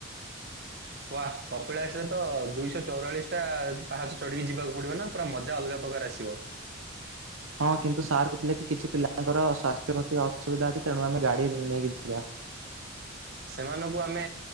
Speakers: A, on the right; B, on the right.
A: ଉଆ, କପିଳାସ ରେ ତ ଦୁଇଶହ ଚଉରାଳିଶ ଟା ପାହାଚ ଚଢିକି ଯିବାକୁ ପଡିବ ନା? ପୁରା ମଜା ଅଲଗା ପ୍ରକାର ଆସିବ।
B: ହଁ କିନ୍ତୁ ସାର୍ କହୁଥିଲେ କି କିଛି ପିଲାଙ୍କର ସ୍ୱାସ୍ଥ୍ୟ ପ୍ରତି ଅସୁବିଧା ଅଛି ତେଣୁ ଆମେ ଗାଡି ନେଇକି ଯିବା।
A: ସେମାନଙ୍କୁ ଆମେ